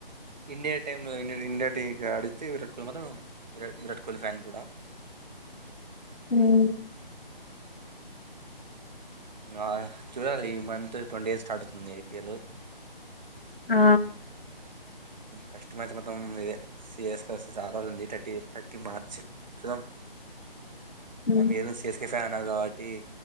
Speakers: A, on the right; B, on the left.
A: ఇండియా టైమ్ లో ఇండియా టీం కి ఆడితే విరాట్ కోహ్లీ మాత్రం విరా విరాట్ కోహ్లీ ఫ్యాన్ కూడా
B: హ్మ్
A: ఆ చూడాలి ఈ మంత్ ట్వంటీ డేస్ స్టార్ట్ అవుతుంది ఐ పీ ఎల్
B: ఆ
A: ఫస్ట్ మ్యాచ్ మొత్తం ఇదే సిస్ కస్తే చాలా ఉంది థర్టీ థర్టీ మార్చ్ చూద్దాం
B: హ్మ్
A: మ మీరు సి ఎస్ కె ఫ్యాన్ <unintelligible> కాబట్టి